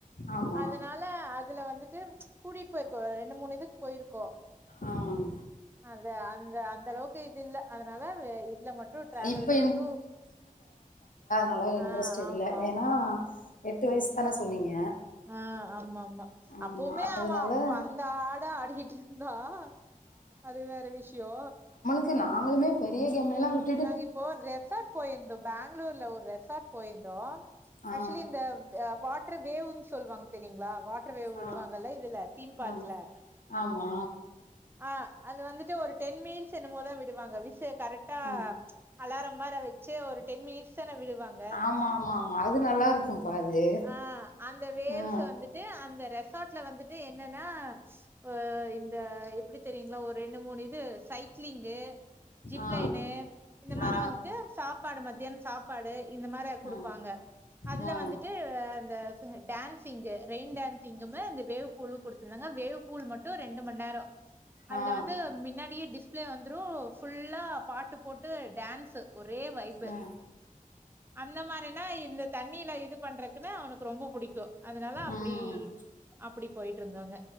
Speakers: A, on the left; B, on the right.
A: ஆமா
B: அதனா ல அதுல வந்துட்டு கூட்டிட்டு போயிருக்கோ ஒரு ரெண்டு மூணு இதுக்கு போய்ருக்கோ
A: ஆமாங்
B: அது அந்த அந்த அளவு க்கு இது இல்ல அதனால வே இதுல மட்டு ட்ராவல்ல
A: இப்ப
B: மட்டு
A: நல்லா இன்ட்ரெஸ்ட்
B: ஆ ஆமா
A: இல்ல ஏனா
B: ஆமா
A: எட்டு வயசு இப்ப என்ன சொன்னீங்க
B: ஆ ஆமாமா அப்புமே
A: ஆமா அதனால
B: அவன் அப்ப அந்த ஆடு ஆடிக்கிட்டு இருந்தான் அது வேற விஷ்யோ
A: க்கு நாங்ளுமே பெரிய கேம்ள எல்லா வி
B: நாங்க இப்போ ரெசார்ட் போய்ருந்தோ பேங் களூர்ல ஒரு ரெசார்ட் போயிந்தோ
A: ஆ
B: ஆக்சுலி இந்த வாட் டர் வேவுன்னு சொல்லுவாங்க தெரியுங்ளா வாட் வாட்டர் வேவ் விடுவாங்கல்ல
A: ஆ
B: இதுல தீம் பார்க்ல
A: ஆ ஆமா
B: ஆ அது வந்துட்டு ஒரு டென் மினிட்ஸ் என்னுமோதா விடுவாங்க விஷ்ய கரெக்ட்
A: ஆ
B: அலாரம் மார வெச்சு ஒரு டென் மினிட்ஸ்தான விடுவாங்க
A: ஆமாமாமா அது நல்லா இருக்கும்பா அது
B: ஆ அந்த வேவ்ஸ்
A: ஆ
B: வந்து ட்டு அந்த ரெசார்ட்ல வந்துட்டு என்னனா ஒ இந்த எப்டி தெரியுங்ளா ஒரு ரெண்டு மூணு இது சைக்ளிங்கு, ஜிப்லைனு
A: ஆ
B: இந்த மார
A: ஆ
B: வந்துட்டு சாப்பாடு மத்தியானோ சாப்பாடு இந்த மார
A: ஆ
B: குடுப்பாங்க அதுல
A: ஆ
B: வந் வந்துட்டு அந்த டான்சிங்க் ரெயின் டான்சிங்குமு அந்த வேவ் பூலூ குடுத் தாங்க வேவ்பூல் மட்டு ரெண்டு மண் நேரோ அதுல
A: ஆ
B: வந்து மின்னாடியே டிஸ் ப்ளே வந்துரு ஃபுல்லா பாட்டு போட்டு டான்ஸ் ஒரே வைபு
A: ஆ
B: அந்த மாரினா இந்த தண்ணில இது பண்றக்குனா அவுனுக்கு ரொம்ப புடிக்கு அதனால அப்டி
A: ஆ ம்
B: அப்டி போயிட்டுருந்தோங்க